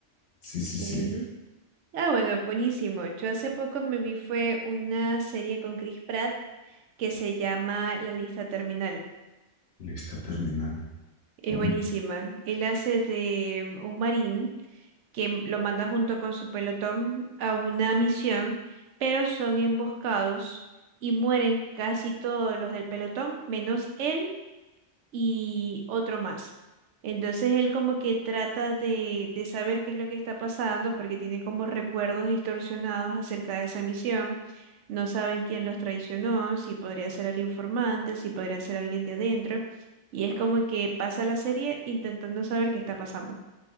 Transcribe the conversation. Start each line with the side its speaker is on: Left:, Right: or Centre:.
Left: sí, sí,
Right: ok.
Left: sí,
Right: Ah, bueno, buenísimo. Yo hace poco me vi fue una serie con Chris Pratt que se llama La Lista Terminal.
Left: lista terminada,
Right: Es
Left: ¿o
Right: buenísima.
Left: no?
Right: Él hace de mm, un marín que m- lo manda junto con su pelotón a una misión, pero son emboscados y mueren casi todos los del pelotón, menos él y otro más. Entonces él como que trata de, de saber qué es lo que está pasando porque tiene como recuerdos distorsionados acerca de esa misión. No saben quién los traicionó, si podría ser el informante, si podría ser alguien de adentro. Y es como que pasa la serie intentando saber qué está pasando.